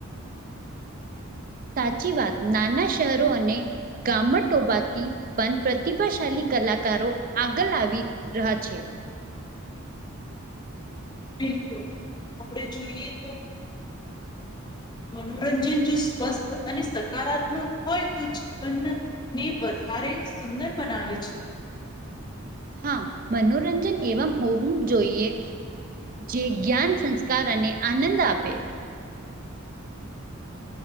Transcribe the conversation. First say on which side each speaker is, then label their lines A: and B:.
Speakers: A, on the right (about 40°); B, on the left (about 20°).
A: સાચી વાત નાના શહેરો અને ગામટોબાથી પણ પ્રતિભાશાલી કલાકારો આગલ આવી. રહા છે.
B: બિલકુલ આપડે જોઈએ તો. મનોરંજન જો સ્વસ્થ અને સકારાત્મક હોય તો જીવન. ને વધારે સુંદર બનાવે છે.
A: હા મનોરંજન એવમ હોવું જોઈએ. જે જ્ઞાન સંસ્કાર અને આનંદ આપે.